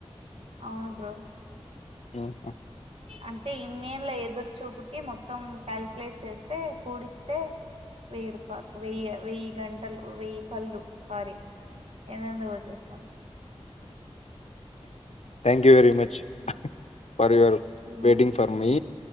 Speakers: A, on the right; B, on the left.
A: అవును బ్రో
B: మ్
A: అంటే ఇన్నేడ్ల ఎదురు చూపుకి మొత్తం కల్ ప్లస్ చేస్తే కూడిస్తే వేయిరుపాయల్ వేయా వేయ్యి గంటలు వేయ్యికళ్ళు సారీ ఎందెందో వచ్చేస్
B: thank you very much for your
A: hmm
B: waiting for me